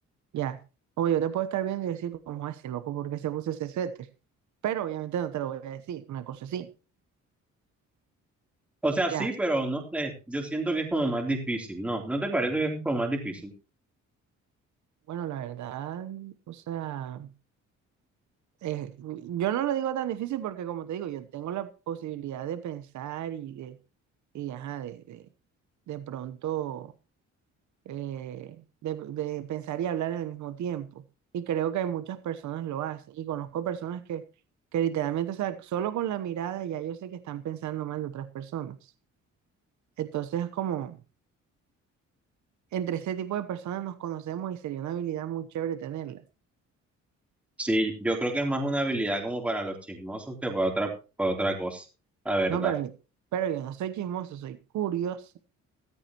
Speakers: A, on the right; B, in the centre.
A: ya. O yo te puedo estar viendo y decir, ¿cómo es ese loco? ¿Por qué se puso ese suéter? Pero obviamente no te lo voy a decir, una cosa así,
B: O sea, sí,
A: ya.
B: pero no sé, yo siento que es como más difícil, ¿no? ¿No te parece que es como más difícil?
A: Bueno, la verdad, o sea, eh, yo no lo digo tan difícil porque, como te digo, yo tengo la posibilidad de pensar y de, y ajá, de, de, de pronto eh, de, de pensar y hablar al mismo tiempo. Y creo que muchas personas lo hacen. Y conozco personas que, que literalmente, o sea, solo con la mirada ya yo sé que están pensando mal de otras personas. Entonces, como entre ese tipo de personas nos conocemos y sería una habilidad muy chévere tenerla.
B: Sí, yo creo que es más una habilidad como para los chismosos que para otra, para otra cosa, la verdad.
A: No, pero, yo- pero yo no soy chismoso, soy curioso.